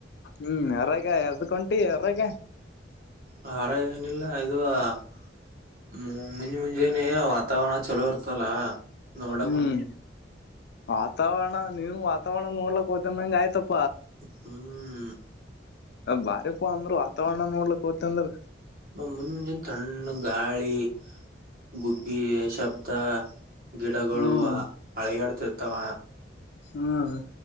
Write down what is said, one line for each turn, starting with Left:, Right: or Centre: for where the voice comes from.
Left: ಹೂ ಯರಾಗ ಎದಕಹೊಂಟಿ ಯರಾಗ? <unintelligible>
Right: ಹಾರ ನಿಲ್ಲ ಇದು ಹ್ಮ ಮುಂಜ್ ಮುಂಜಾನೇ ವಾತಾವರಣ ಚಲೋ ಇರ್ತಲ್ಲ ನೋಡಕ್
Left: ಹ್ಮ್
Right: ಹೊಂಟನಿ
Left: ವಾತಾವರಣ ನೀವನು ವಾತಾವರಣ ನೋಡ್ಲಕ್ ಹೋ್ತಂದಂಗ ಆಯ್ತಪ್ಪ
Right: ಹ್ಮ್
Left: ಬಾರಿ ಪಾ ಅಂದ್ರ ವಾತಾವರಣ ನೋಡ್ಲಿಕ್ ಹತ ಅಂದ್ರ
Right: ಮುಂದ ಮುಂಜಾನ ತಣ್ಣ ಗಾಳಿ ಗುಬ್ಬಿ ಶಬ್ದ ಗಿಡಗಳು
Left: ಹ್ಮ್
Right: ಹಳಗಾಡ್ತಿರ್ತಾವ
Left: ಹ್ಮ್